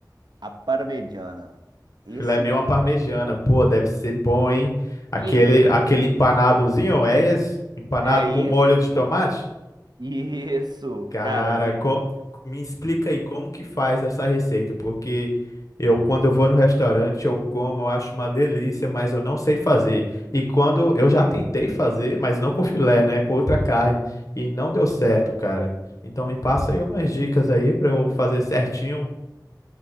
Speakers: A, on the right; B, on the left.
A: à parmegiana. Esse
B: Filé mignon
A: não
B: à parmegiana,
A: tem.
B: pô, deve ser bom, hein? Aquele,
A: Que isso?
B: aquele empanadozinho, é esse? Empanado
A: É
B: com
A: esse
B: molho de tomate?
A: com isso,
B: Cara,
A: cara, assim.
B: co- me explica aí como que faz essa receita, porque eu, quando eu vou no restaurante, eu como, eu acho uma delícia, mas eu não sei fazer. E quando eu já tentei fazer, mas não com filé, né? Com outra carne, e não deu certo, cara. Então me passa aí umas dicas aí pra eu fazer certinho.